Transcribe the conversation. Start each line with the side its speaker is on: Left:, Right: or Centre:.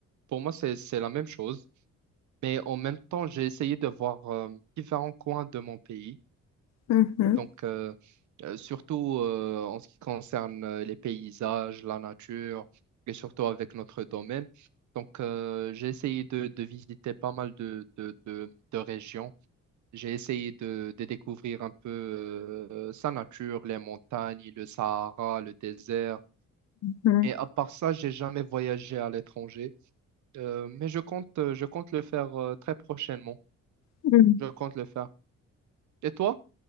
Right: pour moi c'est c'est la même chose, mais en même temps j'ai essayé de voir euh, différents coins de mon pays.
Left: Mhm,
Right: Donc, euh, euh, surtout euh, en ce qui concerne euh, les paysages, la nature, et surtout avec notre domaine. Donc, euh, j'ai essayé de, de visiter pas mal de, de, de- de régions. J'ai essayé de, de découvrir un peu euh, sa nature, les montagnes, le Sahara, le désert.
Left: mhm,
Right: Et à part ça, j'ai jamais voyagé à l'étranger. Euh, mais je compte, euh, je compte le faire euh, très prochainement.
Left: mhm.
Right: Je compte le faire. Et toi?